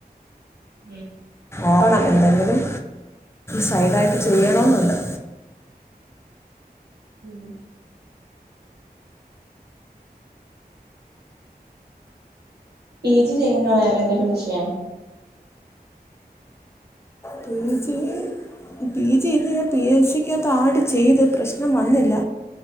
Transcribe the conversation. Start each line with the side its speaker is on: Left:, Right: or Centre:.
Right: ഉം
Left: ഓണം എന്തെങ്കിലും സൈഡ ആയിട്ട് ചെയ്യണെന്നുണ്ട്
Right: ഉം പി ജി ചെയ്യുന്ന വേറെ ഏതെരു വിഷയം
Left: പിക്ക പി ജി ചെയ്ത് കഴിഞ്ഞ പി എസ് സിക്കകത്ത് ആട് ചെയ്ത് പ്രശ്നം വന്നില്ല